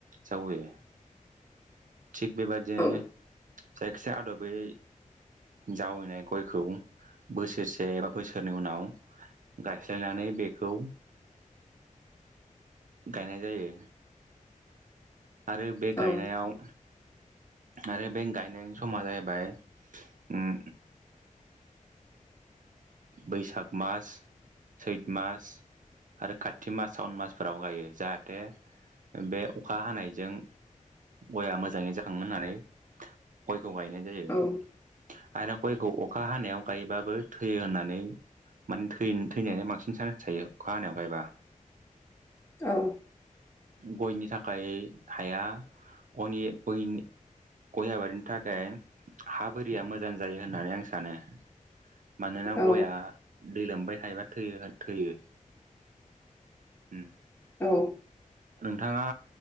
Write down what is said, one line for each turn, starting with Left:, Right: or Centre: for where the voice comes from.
Right: जावैयो।
Left: <inaudible>
Right: थिग बेबायदियैनो
Left: औ
Right: जायखिजाया आद'बै जावैनाय गयखौ बोसोरसे एबा बोसोरनै उनाव गायस्लायनानै बेखौ गायनाय जायो। आरो बे गायनायाव
Left: औ
Right: आरो बे गायनायनि समा जाहैबाय उम बैसाग मास, सैत मास, आरो खाथि मास, सावन मासफोराव गायो। जाहाथे बे अखा हानायजों गया मोजाङै जाखाङो होननानै गयखौ गायनाय जायो।
Left: औ
Right: आरो गयखौ अखा हानायाव गायोबाबो थैयो होननानै माने थै-थैनायनि बांसिन चान्स थायो अखा हानायाव गायबा।
Left: औ।
Right: गयनि थाखाय हाया गनि गय गय आबारिनि थाखाय हा बोरिया मोजां जायो होननानै आं सानो। मानोना
Left: औ
Right: गयआ दै लोमबाय थायोबा थैयो थैयो‌ उम।
Left: औ।
Right: नोंथाङा